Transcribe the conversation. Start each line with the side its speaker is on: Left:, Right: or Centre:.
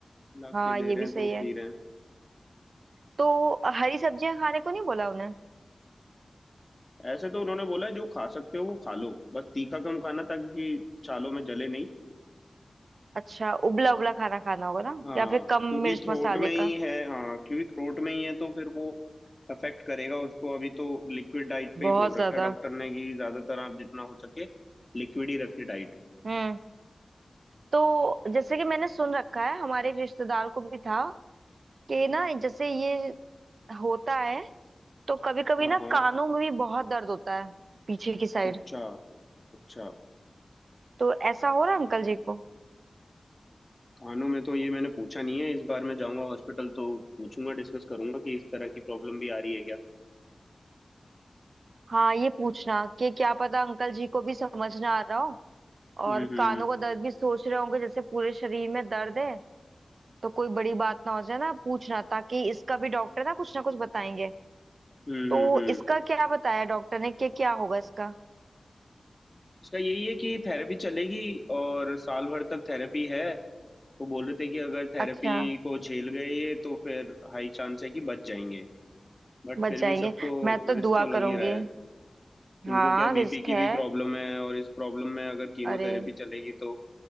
Left: ला के
Right: हाँ
Left: दे
Right: ये
Left: रहे
Right: भी
Left: हैं
Right: सही
Left: तो पी
Right: है
Left: रहे हैं
Right: तो हरी सब्जियां खाने को नहीं बोला उन्हें
Left: ऐसे तो उन्होंने बोला है, जो खा सकते हो वो खा लो बस तीखा कम खाना ताकि कि छालों में जले नहीं
Right: अच्छा उबला उबला खाना खाना होगा ना
Left: हाँ
Right: या फिर कम
Left: क्योंकि
Right: मिर्च
Left: थ्रोट
Right: मसाले
Left: में ही
Right: का
Left: है हाँ क्योंकि थ्रोट में ही है तो फिर वो अफेक्ट करेगा उसको अभी तो लिक्विड डाइट पे
Right: बहुत
Left: ही बोल
Right: ज्यादा
Left: रखा है डॉक्टर ने कि ज्यादातर आप जितना हो सके लिक्विड ही रखे डाइट
Right: हम्म तो जैसे कि मैंने सुन रखा है हमारे एक रिश्तेदार को भी था कि ना जैसे ये होता है तो कभी कभी
Left: हाँ
Right: ना
Left: हाँ
Right: कानों में भी बहुत दर्द होता है पीछे की साइड
Left: अच्छा अच्छा
Right: तो ऐसा हो रहा है अंकल जी को
Left: खानों में तो ये मैंने पूछा नहीं है इस बार मैं जाऊंगा हॉस्पिटल तो पूछूंगा डिस्कस करूंगा कि इस तरह की प्रॉब्लम भी आ रही है क्या
Right: हाँ ये पूछना कि क्या पता अंकल जी को भी समझ ना आ रहा हो
Left: हम्म
Right: और
Left: हम्म
Right: कानों का दर्द भी सोच रहे होंगे जैसे पूरे शरीर में दर्द है तो कोई बड़ी बात ना हो जाए ना पूछना ताकि इसका भी डॉक्टर ना कुछ ना कुछ बताएंगे
Left: हम्म हम्म
Right: तो
Left: हम्म।
Right: इसका क्या बताया डॉक्टर ने कि क्या होगा इसका
Left: इसका यही है कि थेरेपी चलेगी और साल भर तक थेरेपी है वो बोल रहे थे कि अगर थेरेपी
Right: अच्छा
Left: को झेल गए ये तो फिर हाई चांस है कि बच जाएंगे बट
Right: बच
Left: फिर
Right: जाएंगे
Left: भी सबको
Right: मैं तो
Left: रिस्क
Right: दुआ
Left: तो लग
Right: करूंगी
Left: ही रहा है उनको
Right: हाँ
Left: क्या बीपी
Right: रिस्क
Left: की
Right: है
Left: भी प्रॉब्लम है और इस प्रॉब्लम में अगर कीमोथेरेपी
Right: अरे
Left: चलेगी तो